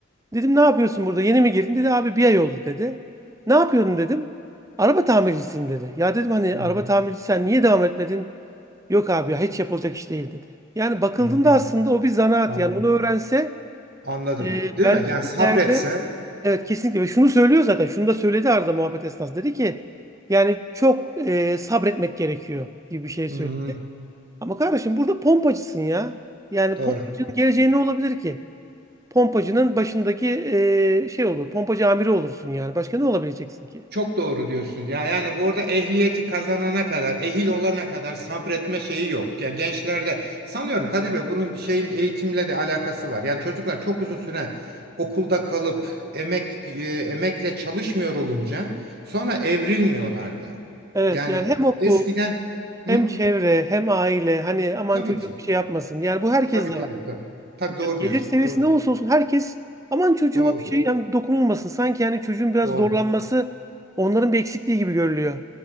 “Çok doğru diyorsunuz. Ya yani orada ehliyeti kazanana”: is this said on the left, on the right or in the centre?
Right